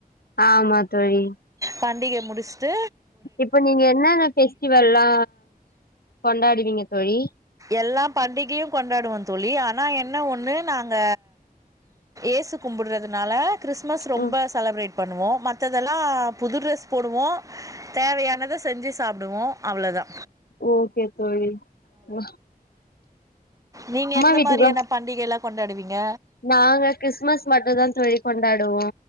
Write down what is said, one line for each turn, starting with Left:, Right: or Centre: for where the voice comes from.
Left: ஆமா தோழி
Right: பண்டிக முடிஸ்ட்டு
Left: இப்ப நீங்க என்னன்ன ஃபெஸ்டிவல்லா கொண்டாடுவீங்க தோழி
Right: எல்லா பண்டிகையு கொண்டாடுவோ தோழி ஆனா என்ன ஒன்னு நாங்க ஏசு கும்புட்றதுனால கிறிஸ்மஸ் ரொம்ப
Left: ம்
Right: செலப்ரேட் பண்ணுவோ மத்ததெல்லா புது ட்ரெஸ் போடுவோ தேவையானத செஞ்சு சாப்டுவோ அவுளதா
Left: ஓகே தோழி நா
Right: நீங்க எந்த
Left: வீட்டுக்கா
Right: மாரியான பண்டிகேலா கொண்டாடுவீங்க
Left: நாங்க கிறிஸ்மஸ் மட்டுதா தோழி கொண்டாடுவோ